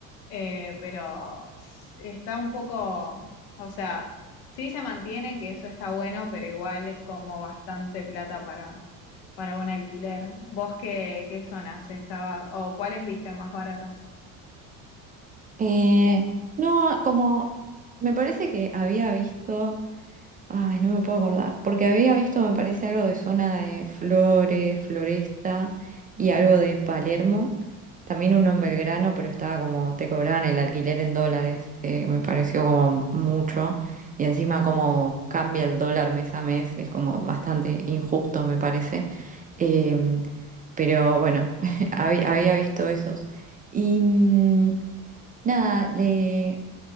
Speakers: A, on the left; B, on the right.
A: Eh, pero s- está un poco, o sea, sí se mantiene que eso está bueno, pero igual es como bastante plata para, para un alquiler. ¿Vos qué, qué zonas estabas o cuáles viste más baratas?
B: Eh, no, como me parece que había visto Ay, no me puedo acordar, porque había visto, me parece, algo de zona de Flores, Floresta y algo de Palermo. También uno en Belgrano, pero estaba como, te cobraban el alquiler en dólares, eh, me pareció como mucho. Y encima como cambia el dólar mes a mes, es como bastante injusto, me parece. Em, pero bueno, <laughs> habí- había visto esos. Y mm, nada, le...